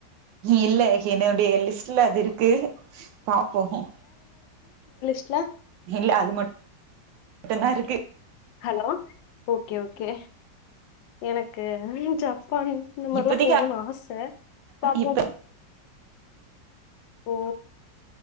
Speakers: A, on the right (about 85°); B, on the left (about 85°).
A: இல்ல என்னுடைய லிஸ்ட்ல அது இருக்கு பாப்போம்
B: ட்ல
A: இல்ல அது மட் டும்தா இருக்கு
B: ஹலோ ஓகே ஓகே எனக்கு ஜப் பான் இந்த மாரிலாம்
A: இப்பதைக்கு
B: போணும்னு ஆசை பாப்போம்
A: இப்ப
B: ஓ